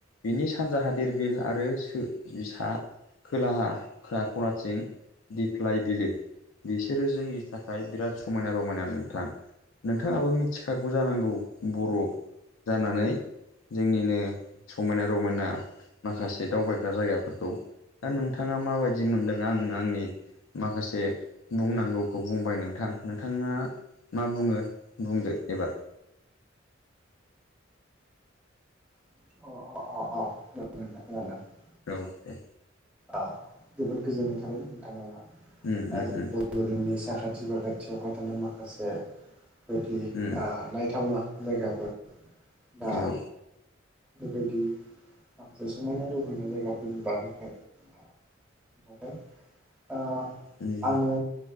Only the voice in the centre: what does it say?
अ अ अ अ
औ जोबोद गोजोननाय थाबाय नोंथाङा
आ जों
बड'लेण्डनि साखाथि साखाथि बाखाथियावहाय थानाय माखासे बायदि
नायथावना। जायगाफोर बा।
बेबायदि माखासे समायना रमायना जायगाफोरनि बानायनायखाय। <unintelligible> ओ
आङो।